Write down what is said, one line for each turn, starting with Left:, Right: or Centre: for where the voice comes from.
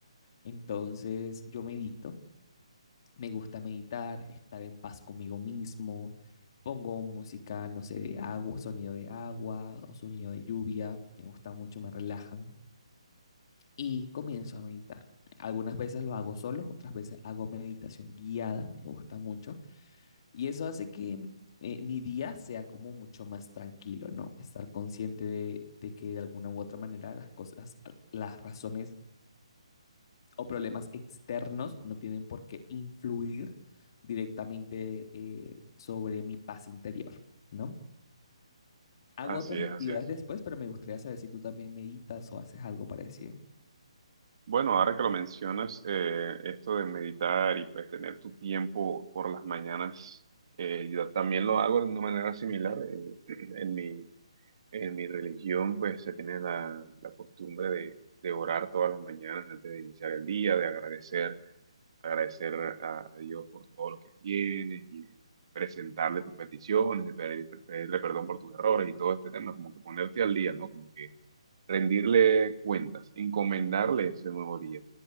Left: Entonces, yo medito Me gusta meditar, estar en paz conmigo mismo. Pongo música, no sé, de agua, sonido de agua o sonido de lluvia. Me gusta mucho, me relajan y comienzo a meditar. Algunas veces lo hago solo, otras veces hago meditación guiada, me gusta mucho. Y eso hace que eh, mi día sea como mucho más tranquilo, ¿no? Estar consciente de, de que de alguna u otra manera las cosas, las razones o problemas externos no tienen por qué influir directamente eh, sobre mi paz interior, ¿no? Hago
Right: Así
Left: otras
Right: es,
Left: actividades
Right: así es.
Left: después, pero me gustaría saber si tú también meditas o haces algo parecido.
Right: Bueno, ahora que lo mencionas, eh, esto de meditar y pues tener tu tiempo por las mañanas, eh, yo también lo hago de una manera similar. eh, <clears throat> en mi, en mi religión pues se tiene la, la costumbre de, de orar todas las mañanas antes de iniciar el día, de agradecer agradecer a Dios por todo lo que tienes y de presentarle tus peticiones, de pedir- pedirle perdón por tus errores y todo este tema, como que ponerte al día, ¿no? Como que rendirle cuentas, encomendarle ese nuevo día.